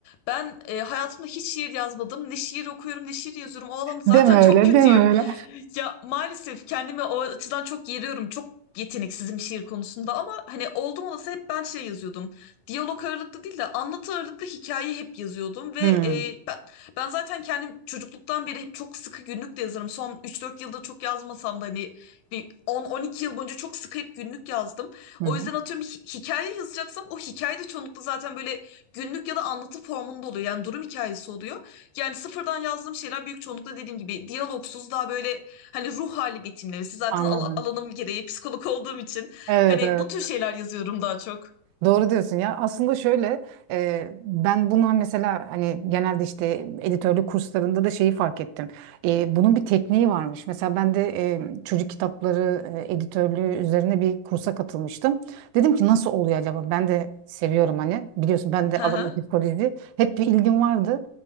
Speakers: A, on the left; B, on the right.
A: Ben e, hayatımda hiç şiir yazmadım. Ne şiir okuyorum ne şiir yazıyorum. O alanda
B: Deme
A: zaten çok
B: öyle,
A: kötüyüm.
B: deme öyle.
A: <laughs> Ya maalesef kendimi o açıdan çok yeriyorum. Çok yeteneksizim şiir konusunda ama hani oldum olası hep ben şey yazıyordum. Diyalog ağırlıklı değil de anlatı ağırlıklı hikaye hep yazıyordum ve
B: Hmm,
A: e, ben, ben zaten kendim çocukluktan beri hep çok sıkı günlük de yazarım. Son üç dört yılda çok yazmasam da hani bir on on iki yıl boyunca çok sıkı hep günlük yazdım.
B: hı
A: O
B: hı,
A: yüzden atıyorum bir hi- hikaye yazacaksam o hikaye de çoğunlukla zaten böyle günlük ya da anlatı formunda oluyor. Yani durum hikayesi oluyor. Yani sıfırdan yazdığım şeyler büyük çoğunlukla dediğim gibi diyalogsuz daha böyle hani ruh hali betimlemesi. Zaten
B: anladım.
A: al- alanım gereği psikolog olduğum için
B: Evet
A: hani
B: evet.
A: bu tür şeyler yazıyorum daha çok.
B: Doğru diyorsun ya. Aslında şöyle e, ben bunu hani, mesela hani genelde işte editörlük kurslarında da şeyi fark ettim. E, bunun bir tekniği varmış. Mesela ben de e, çocuk kitapları e, editörlüğü üzerine bir kursa katılmıştım. Dedim ki nasıl oluyor acaba? Ben de seviyorum hani. Biliyorsun ben
A: <laughs>
B: de
A: Hı
B: alanım
A: hı.
B: psikoloji. Hep bir ilgim vardı.